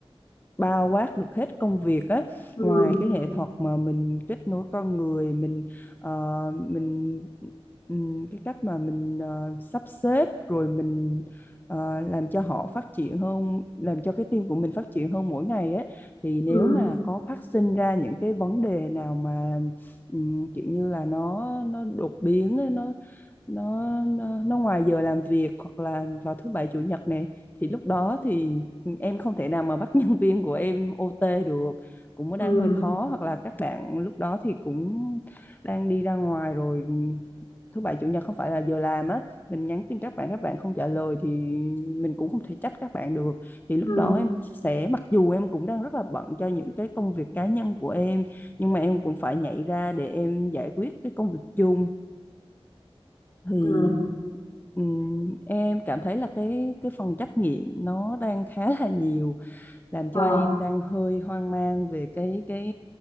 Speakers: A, on the left; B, on the left.
A: bao quát được hết công việc á
B: ừ
A: ngoài cái
B: ừ
A: nghệ thuật mà mình kết nối con người mình ờ, mình ừm, cái cách mà mình ờ, sắp xếp rồi mình ờ, làm cho họ phát triển hơn làm cho cái team của mình phát triển hơn mỗi ngày ấy thì nếu
B: ừ
A: mà có phát sinh ra những cái vấn đề nào mà ừm, kiểu như là nó nó đột biến ấy, nó nó nó, nó ngoài giờ làm việc hoặc là vào thứ bảy chủ nhật này thì lúc đó thì em không thể nào mà bắt <laughs> nhân viên của em OT được cũng mới
B: ừ
A: đang hơi khó hoặc là các bạn lúc đó thì cũng đang đi ra ngoài rồi thứ bảy chủ nhật không phải là giờ làm á mình nhắn tin các bạn các bạn không trả lời thì mình cũng không thể trách các bạn được thì lúc
B: ừ
A: đó em sẽ mặc dù em cũng đang rất là bận cho những cái công việc cá nhân của em nhưng mà em cũng phải nhảy ra để em giải quyết cái công việc chung thì
B: ừ
A: Ừm, em cảm thấy là cái cái phần trắc nghiệm nó đang khá là nhiều làm
B: ờ
A: cho em đang hơi hoang mang về cái cái